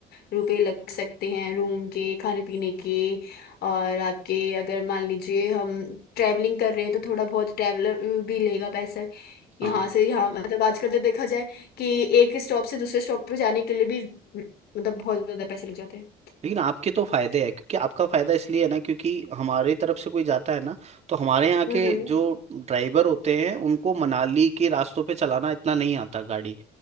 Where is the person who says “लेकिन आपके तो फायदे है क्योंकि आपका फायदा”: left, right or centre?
Right